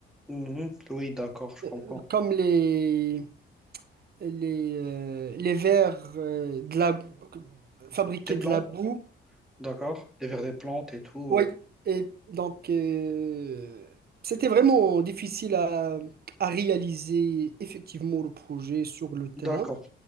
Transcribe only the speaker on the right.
euh, comme les, les, euh, les verres euh, de la, fabriqués
de la boue.
Oui,
et donc euh, c'était vraiment difficile à, à réaliser effectivement le projet sur le terrain.